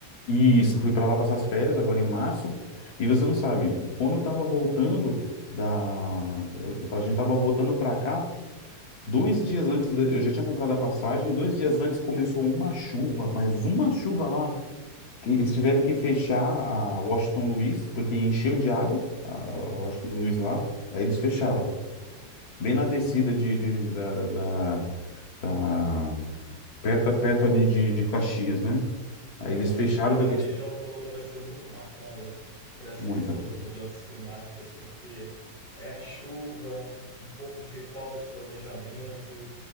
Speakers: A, on the left; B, on the left.
A: E isso, fui para lá passar as férias agora em março, e você não sabe, quando eu tava voltando da eu tava- a gente tava voltando para cá, dois dias antes da- eu já tinha comprado a passagem, dois dias antes começou uma chuva, mas uma chuva lá que eles tiveram que fechar a Washington Luiz, porque encheu de água a
B: Uhum.
A: a Washington Luiz lá. Aí eles fecharam. Bem na descida de, de- da, da, da- perto, perto ali de, de Caxias, né? Aí
B: Nossa,
A: eles fecharam
B: aquela
A: porque
B: região toda vai ser muito marcada por essa
A: muita
B: questão das mudanças climáticas, porque é chuva, um pouco de falta de planejamento,